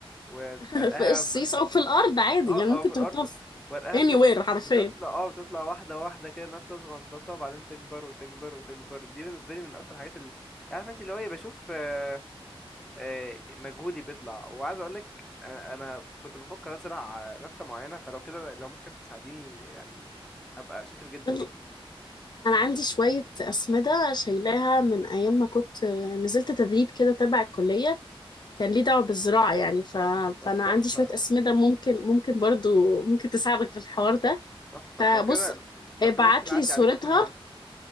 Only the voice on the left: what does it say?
<laughs> في الصيص او في الارض عادي
يعني ممكن
تحطها
في
anywhere
حرفيا
يلا.
انا عندي شويه اسمده شايلاها من ايام ما كنت نزلت تدريب كده تبع الكليه كان ليه دعوه بالزراعه يعني ف... فانا
عندي شويه اسمده ممكن ممكن برضو ممكن تساعدك في الحوار ده
فبص
ابعت
لي صورتها